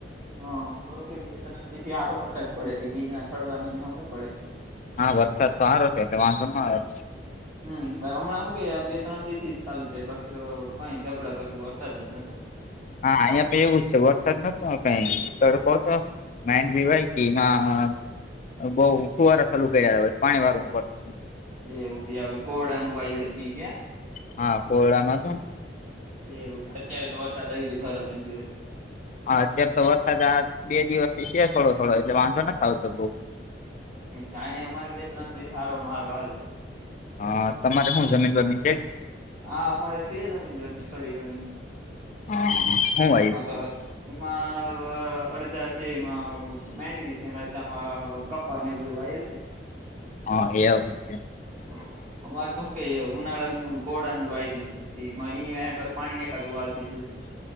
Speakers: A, on the right; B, on the left.
A: હા અમના હું બે ત્રણ દી થી આવે વરસાદ પડે તે ગિરનાર ચડવાની ના નો પડે.
B: હા, વરસાદ તો હારો છે એટલે વાંધો ન આવે.
A: હા, હમણાં શું કે બે-ત્રણ દિવસથી ચાલુ થયો, બાકી તો પાણી ધબળક હતું, વરસાદ જ નતો.
B: હા, અહીં પણ એવું જ છે. વરસાદ નોતો કંઈ તડકો હતો. મેં જીવાય કે ના અયા બો ફૂવારા ચાલુ કર્યા પાણી વાળું પડતું.
A: એવું ક્યાંનું કોઢનું વાયુ વધી ગિયા
B: હા, કોયડામાં છે ને
A: એવું છે, અત્યારે તો વરસાદ આવી ગિયો તો સારું જ જો.
B: હા, અત્યારે તો વરસાદ આ બે દિવસથી છે થોડો-થોડો એટલે વાંધો નથ આવતો બો.
A: એ જ અયા અમારી બે ત્રણ દી હારો મારો હાલે
B: આ હા તમારે હું જમીન બમીન છે?
A: હા અમારે છે જમીન થોડી ઘણી
B: હા હું આવ્યું
A: <unintelligible> એમાં અડધા છે એમાં મેડવી છે અડધા માં કપ પા ને એવું બધું વાયેલ છે.
B: હા એ આવું છે
A: હા અમારે તો હું કેય ઉનાળાનું કોળા નું વાઈ દીધું તું તે એ પાણી એકાદું વાળી દીધું તું.